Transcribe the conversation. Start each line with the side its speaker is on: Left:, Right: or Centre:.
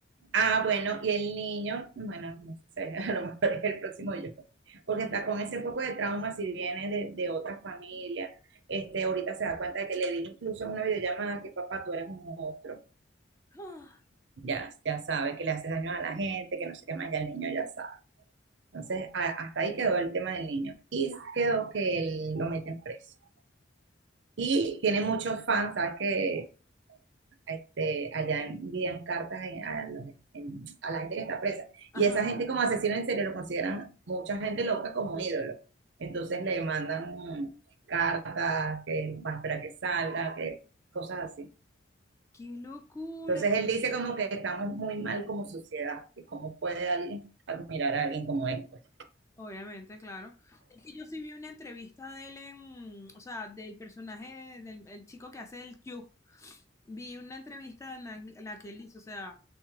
Right: Ah, bueno, y el niño, bueno, no sé, <laughs> a lo mejor es el próximo yo, porque está con ese poco de trauma si viene de, de otra familia. Este, ahorita se da cuenta de que le dije incluso en una videollamada que papá, tú eres un monstruo.
Left: ¡Ah!
Right: Ya, ya sabe que le haces daño a la gente, que no sé qué más, ya el niño ya sabe. Entonces, a- hasta ahí quedó el tema del niño. Y quedó que él lo meten preso. Y tiene muchos fans, ¿sabes? Que este, allá envían cartas en- a, los- en- a la gente que está presa.
Left: Ajá.
Right: Y esa gente como asesino en serie lo consideran mucha gente loca como ídolo. Entonces le mandan mm, cartas, que va a esperar que salga, que cosas así.
Left: Qué locura.
Right: Entonces él dice como que estamos muy mal como sociedad, que cómo puede alguien admirar a alguien como él, pues.
Left: Obviamente, claro. Es que yo sí vi una entrevista de él en, o sea, del personaje del el chico que hace el Q. Vi una entrevista en la, la que él dice, o sea,